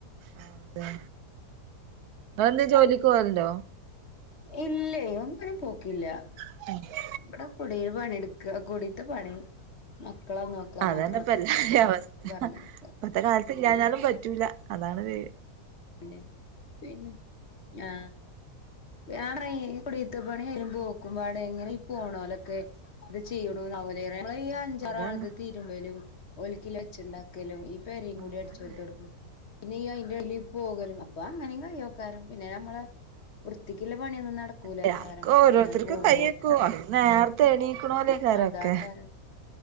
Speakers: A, on the right; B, on the left.
A: ആഹ് അതെ ഇപ്പൊ എന്തേ ജോലിക്ക് പോവല്ണ്ടോ
B: ഇല്ലേയ് ഒന്നിനും പോക്കില്ല
A: <unintelligible>
B: ഇവിടെ കുടിയിൽ പണി ഇട്ക്ക കുടീത്തെ പണി മക്കളെ നോക്ക
A: അതന്നെ
B: മക്കളെ
A: ഇപ്പ എല്ലാരിം അവസ്ഥ
B: പറഞ്ഞയക്ക
A: ഇപ്പത്തെ കാല ഇല്ലാഞ്ഞാലും പറ്റൂല്ല അതാണത്
B: പിന്നെ പിന്നെ ഞാ ഞാൻ പറയും ഈ കുടീത്ത പണിം ഈ പോക്കും പാടെ എങ്ങനെ ഈ പോണോലൊക്കെ എന്ത് ചെയ്യണോന്നാവലെ <unintelligible> നമ്മളെ ഈ അഞ്ചാറാളത്
A: അതന്നെ
B: തിരുമ്പലും ഓല്ക്കില്ല വെച്ച് ഇണ്ടാക്കലും ഈ പെരെം
A: അതന്നെ
B: കുടിം അടിച്ചു വാരി തൊടക്കലും പിന്നെ ഈ അയിന്റെ ല്ലി പോകലും അപ്പൊ അങ്ങനേം കയ്യോക്കാരം പിന്നെ നമ്മളെ വൃത്തിക്ക്ള്ള പണിയൊന്നും നട ക്കൂലാക്കാരം
A: എല്ലാർക്കും ഓരോരുത്തർക്കും
B: അങ്ങനെ പോകുമ്പോ
A: കയ്യെക്കും അത് നേരത്തെ എണീക്കണോലേക്കാരൊക്കെ
B: അതാക്കാരം